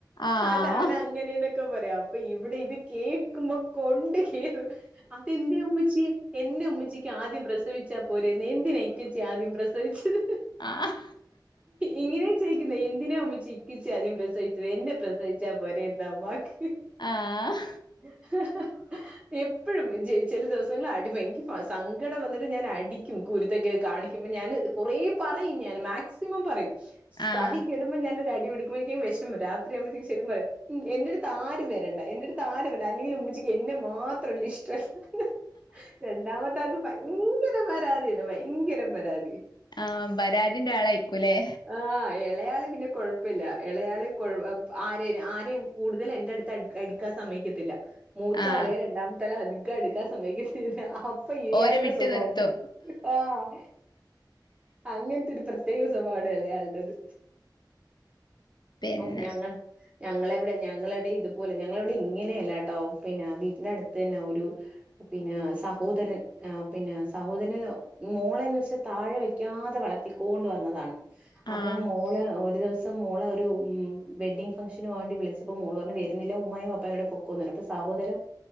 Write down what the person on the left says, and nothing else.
ആഹ്
ആഹ്
ആഹ്
ആഹ്
ആഹ്. പരാതിന്റെ ആളായികുലേ
ആഹ്
ഓരെ വിട്ട്
നിർത്തും
പിന്നെ
ആഹ്